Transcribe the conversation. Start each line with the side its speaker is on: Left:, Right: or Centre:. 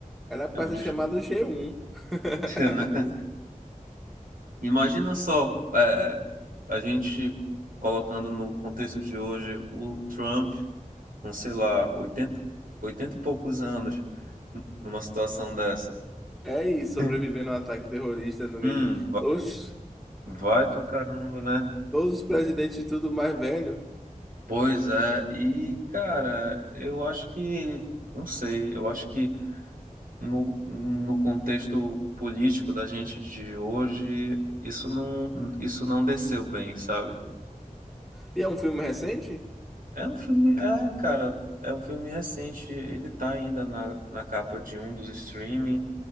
Centre: Ela passa
Right: É um discurso.
Centre: chamada g um <laughs>
Right: <laughs> Imagina só, é, a gente colocando no contexto de hoje o Trump com, sei lá, oitenta 80 e poucos anos numa situação dessa.
Centre: É isso,
Right: <laughs>
Centre: sobrevivendo a um ataque terrorista no
Right: Hum,
Centre: meio de...
Right: va-
Centre: Oxe,
Right: vai pra caramba, né?
Centre: todos os presidentes e tudo mais velho.
Right: Pois é, e cara, eu acho que, não sei, eu acho que no, no contexto político da gente de hoje, isso não, isso não desceu bem, sabe?
Centre: E é um filme recente?
Right: É um filme, é, cara, é um filme recente, ele tá ainda na, na capa de um dos streaming